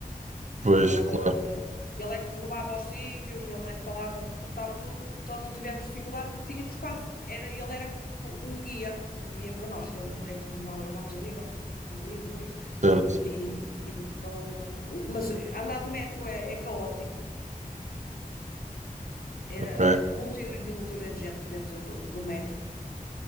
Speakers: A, on the right; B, on the left.
A: Pois,
B: ele,
A: claro,
B: eh, ele é que nos levava aos sítios, ele é que falava, tra- tratava tudo. Então não tivemos dificuldade porque tínhamos quase, era, ele era co- um guia, um guia para nós, que ele é que nos levava, olha, vamos ali, vamos ali, vamos ali.
A: certo,
B: E, e mostrou. eh, o- mas andar de metro é, é caótico. Era
A: ok.
B: multidões e multidões de gente dentro do, do metro.